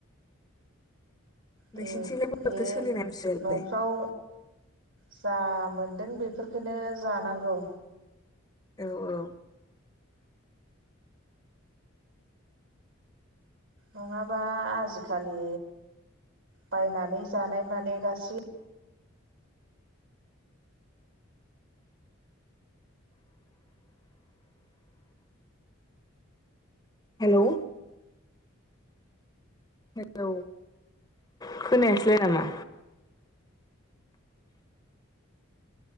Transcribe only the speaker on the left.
नोंसिनिथिंलाय बोरैथो
सोलिनाय आमथिसुवायालाय
औ औ
हेलौ। हेलौ खोनायासैलाय नामा?